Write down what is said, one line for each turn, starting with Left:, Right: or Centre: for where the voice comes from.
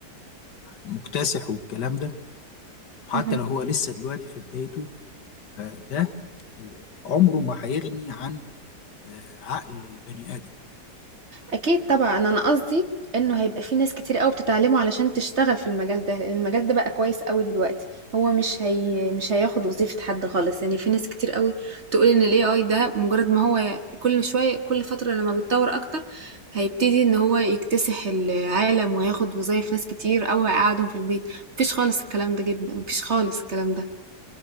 Left: مكتسح والكلام ده حتى
Right: جدا
Left: لو هو لسه دلوقتي في بدايته فده آه، عمره ما هيغني عن آه، عقل البني ادم
Right: اكيد طبعا انا قصدي انه هيبقى في ناس كتير قوي بتتعلمه علشان تشتغل في المجال ده لان المجال ده بقى كويس قوي دلوقتي هو مش هي مش هياخد وظيفة حد خالص يعني في ناس كتير قوي تقول ان الاي اي ده مجرد ما هو كل شوية كل فترة لما بيتطور اكتر هيبتدي ان هو يكتسح العالم وهياخد وظايف ناس كتير قوي ويقعدهم في البيت مفيش خالص الكلام ده جدا مفيش خالص الكلام ده